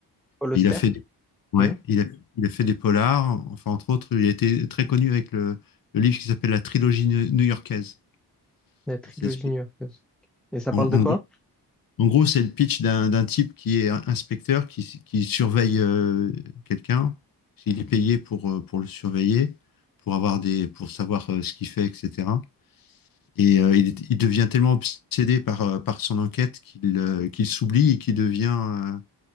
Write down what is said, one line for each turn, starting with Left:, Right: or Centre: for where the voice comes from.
Centre: Paul
Left: Et
Centre: Auster.
Left: il a fait des,
Centre: Ok.
Left: ouais, il a il a fait des polars. Enfin entre autres, il a été très connu avec le, le livre qui s'appelle La trilogie new- new-yorkaise.
Centre: La trilogie
Left: Et c'est
Centre: new-yorkaise. Et ça
Left: en,
Centre: parle
Left: en
Centre: de quoi?
Left: gros en gros c'est le pitch d'un d'un type qui est un- inspecteur qui qui surveille euh, quelqu'un. Il est payé pour euh, pour le surveiller, pour avoir des pour savoir euh, ce qu'il fait, etc. Et euh, il, est- il devient tellement obsédé par, euh, par son enquête qu'il euh, qu'il s'oublie et qu'il devient, euh,